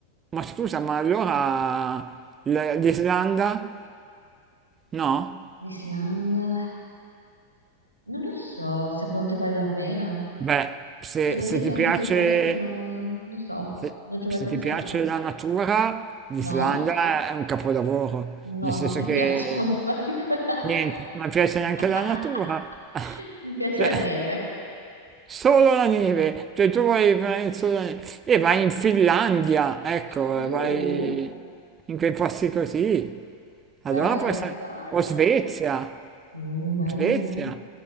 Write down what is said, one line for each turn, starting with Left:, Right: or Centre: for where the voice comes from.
Right: Ma scusa, ma allora l- l'Islanda? No?
Left: L'Islanda, non lo so, secondo te vale la pena?
Right: Beh, se,
Left: Ti devo dire
Right: se
Left: che
Right: ti
Left: è uno
Right: piace,
Left: di quei posti che non, non so,
Right: se,
Left: non ci ho mai
Right: se
Left: pensato.
Right: ti piace la natura, l'Islanda
Left: No?
Right: è un capolavoro,
Left: No,
Right: nel senso
Left: non mi
Right: che
Left: piace molto particolare.
Right: niente, non piace neanche
Left: <laughs>
Right: la natura. <laughs>
Left: Mi piace
Right: Cioè,
Left: la neve.
Right: Solo la neve, cioè tu vai vai solo la neve. e vai in Finlandia, ecco,
Left: Uh,
Right: vai in quei posti così. Allora
Left: però
Right: può
Left: in estate.
Right: essere, o Svezia,
Left: Uh, bello.
Right: Svezia,